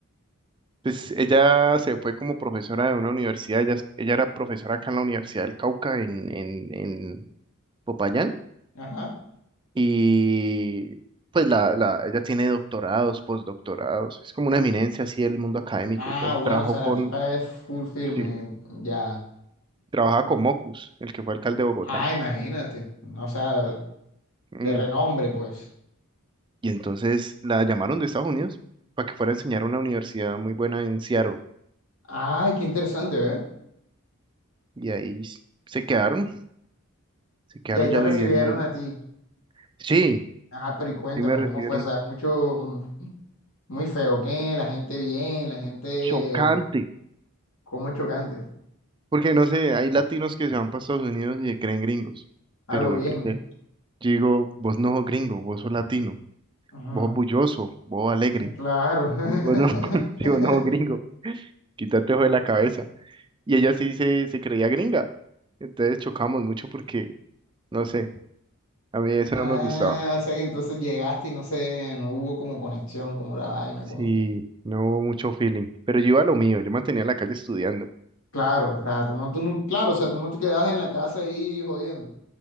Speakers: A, on the right; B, on the left.
A: pues ella se fue como profesora de una universidad, ella, es- ella era profesora acá en la Universidad del Cauca, en, en, en Popayán,
B: Ajá.
A: y pues la, la, ella tiene doctorados, postdoctorados, es como una eminencia así del mundo académico
B: Ah,
A: y todo eso,
B: bueno,
A: trabajó
B: o sea,
A: con,
B: la tipa es full firme,
A: sí,
B: ya.
A: trabajaba con Mocus, el que fue alcalde de Bogotá,
B: Ah, imagínate, no, o sea, de,
A: Mm.
B: de renombre, pues.
A: Y entonces la llamaron de Estados Unidos para que fuera a enseñar a una universidad muy buena en Seattle,
B: Ay, qué interesante, ¿eh?
A: y ahí s- se quedaron, se quedaron
B: Y ahí te
A: ya
B: recibieron
A: viviendo ellos.
B: a ti.
A: Sí,
B: Ajá, pero y cuéntame,
A: sí me recibieron.
B: ¿cómo fue? O sea, mucho, mm, muy feo, ¿qué? La gente bien, la gente
A: chocante.
B: como chocante,
A: Porque no sé, hay latinos que se van para Estados Unidos y se creen gringos.
B: a
A: Pero
B: lo bien.
A: eh, de- yo digo, vos no sos gringo, vos sos latino,
B: Ujú,
A: vos sos bulloso, vos alegre.
B: Claro. <laughs>
A: Vos no, <laughs> si vos no sos gringo, quítate eso de la cabeza. Y ella sí se, se creía gringa. Entonces chocamos mucho porque, no sé, a mí eso
B: Ah,
A: no me gustaba.
B: o sea que entonces llegaste y no sé, no hubo como conexión, como la vaina,
A: Sí,
B: como que.
A: no hubo mucho feeling. Pero yo iba a lo mío, yo mantenía la calle estudiando.
B: Claro, o sea, tú no, tú no, claro, o sea, tú no te quedabas en la casa ahí jodiendo.